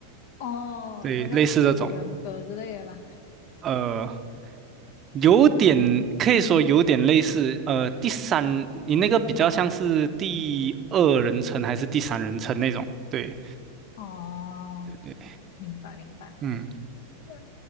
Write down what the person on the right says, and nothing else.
对，
类似这种，呃，有点可以说有点类似，呃，第三，你那个比较像是第二人称还是第三人称那种，对
对对，
嗯。